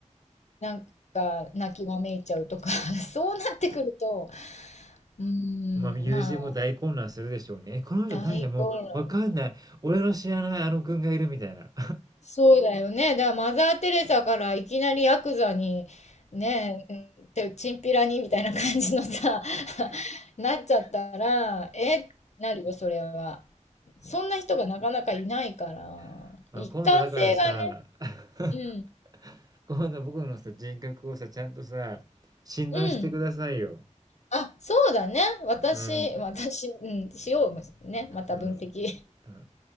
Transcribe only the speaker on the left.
なんか泣きわめいちゃうとか、<laughs> そうなってくると、うーん、
まあ、
大混乱。
そうだよね。だからマザー・テレサからいきなりヤクザに、ねえ、てチンピラにみたいな感じのさ、<laughs> なっちゃったら、え、なるよ、それは。そんな人がなかなかいないから、
一貫性がね、
うん、
うん。あ、そうだね。私、
私、うん、しようね。また分析。
<laughs>